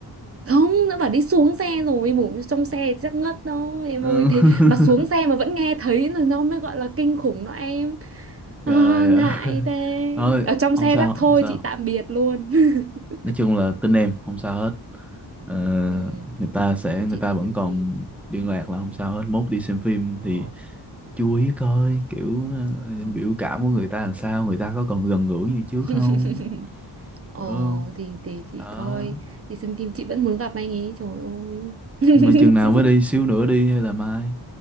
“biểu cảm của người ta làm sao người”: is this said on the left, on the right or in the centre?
Centre